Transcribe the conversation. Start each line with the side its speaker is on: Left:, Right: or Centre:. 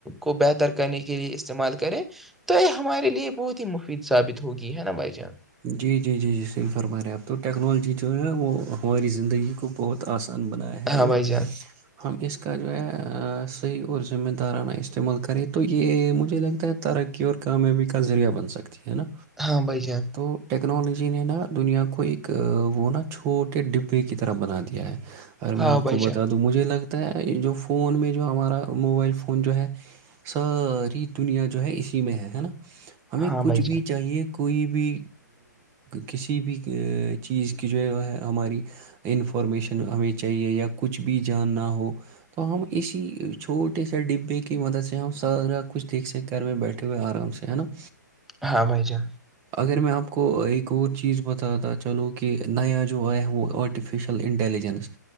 Centre: کو بہتر کرنے کے لیے استعمال کریں تو یہ ہمارے لیے بہت ہی مفید ثابت ہوگی ہے نا بھائی جان
Right: جی جی جی جی سل فرما رہے ہیں اپ تو ٹیکنالوجی جو ہےا وہ ہماری زندگی کو بہت آسان بنایا ہے ہیں
Centre: ہاں
Right: اور
Centre: بھائی جان
Right: ہم اس کا جو ہے صحیح اور ذمہ دارانہ استعمال کریں تو یہ مجھے لگتا ہے ترقی اور کامیابی کا ذریعہ بن سکتی ہے نا
Centre: ہاں بھائی جان
Right: تو ٹیکنالوجی نے نا دنیا کو ایک وہ نا چھوٹے ڈبے کی طرح بنا دیا ہے اگر
Centre: ہاں
Right: میں آپ
Centre: بھائی
Right: کو
Centre: جان
Right: بتا دوں مجھے لگتا ہے جو فون میں جو ہمارا موبائل فون جو ہے ساری دنیا جو ہے اسی میں ہے ہے نا ہمیں
Centre: ہاں
Right: کچھ
Centre: بھائی
Right: بھی
Centre: جان
Right: چاہیے کوئی بھی کسی بھی چیز کی جو ہے وہ ہے ہماری انفارمیشن ہمیں چاہیے یا کچھ بھی جاننا ہو تو ہم اسی چھوٹے سے ڈبے کی مدد سے ہم سارا کچھ دیکھ سیکھ کر میں بیٹھ کرئے آ س سےنت
Centre: ہاں بھائی جان
Right: اگر میں آپ کو ایک اور چیز بتاا تو چلو کہ نیا جو آیا وہ آرٹیفیشل انٹیلیجنس